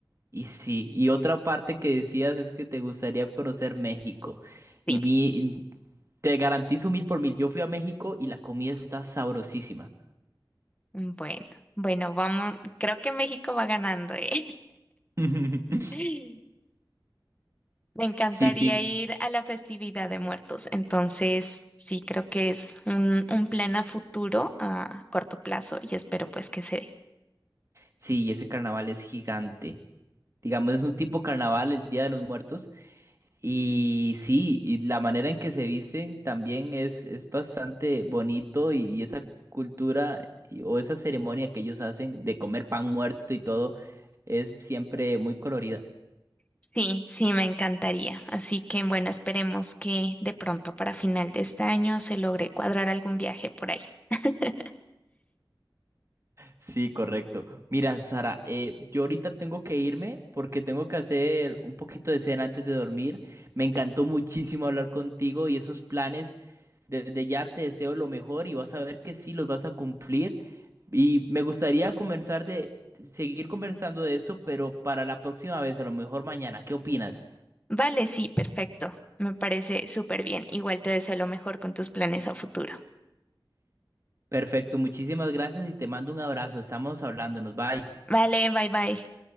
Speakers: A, on the right; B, on the left.
A: y sí. Y otra parte que decías es que te gustaría conocer México.
B: Sí.
A: Y mi, y te garantizo mil por mil, yo fui a México y la comida está sabrosísima.
B: Bueno, bueno, vamos, creo que México va ganando, ¿eh?
A: <laughs>
B: <laughs> Me encantaría
A: Sí, sí,
B: ir a la festividad de muertos. Entonces, sí, creo que es un, un plan a futuro, a corto plazo, y espero pues que se dé.
A: sí, y ese carnaval es gigante. Digamos, es un tipo carnaval el Día de los Muertos Y sí, y la manera en que se visten también es, es bastante bonito y, y esa cultura y- o esa ceremonia que ellos hacen de comer pan muerto y todo es siempre muy colorida.
B: Sí, sí, me encantaría. Así que, bueno, esperemos que de pronto para final de este año se logre cuadrar algún viaje por ahí. <laughs>
A: Sí, correcto. Mira, Sara, eh, yo ahorita tengo que irme porque tengo que hacer un poquito de cena antes de dormir. Me encantó muchísimo hablar contigo y esos planes. Desde ya te deseo lo mejor y vas a ver que sí los vas a cumplir. Y me gustaría conversar de seguir conversando de esto, pero para la próxima vez, a lo mejor mañana. ¿Qué opinas?
B: Vale, sí, perfecto. Me parece súper bien. Igual te deseo lo mejor con tus planes a futuro.
A: Perfecto, muchísimas gracias y te mando un abrazo. Estamos hablándonos. Bye.
B: Vale, bye bye.